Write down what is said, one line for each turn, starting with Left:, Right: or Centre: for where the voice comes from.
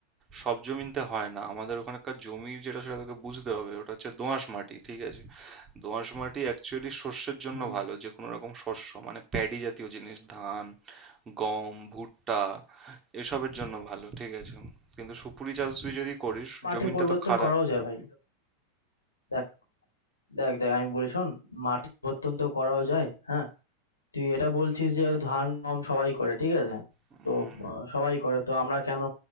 Right: সব জমিতে হয় না আমাদের ওখানকার জমি যেটা সেটা তোকে বুঝতে হবে ওটা হচ্ছে দোআঁশ মাটি ঠিক আছে দোআঁশ মাটি অ্যাকচুয়ালি শস্যের জন্য
Left: হুম
Right: ভালো যে কোনো রকম শস্য মানে প্যাডি জাতীয় জিনিস ধান গম, ভুট্টা এসবের জন্য ভালো ঠিক আছে কিন্তু সুপুরি চাষ তুই যদি করিস
Left: মাটি
Right: জমিনটা
Left: পরিবর্তন
Right: তো খারাপ
Left: করাও যায় ভাই দেখ দেখ দেখ আমি বলি শোন মাটি পরিবর্তন তো করাও যায় হ্যাঁ তুই এটা বলছিস যে ধান গম সবাই করে ঠিক আছে
Right: উম,
Left: তো আহ, সবাই করে তো আমরা কেন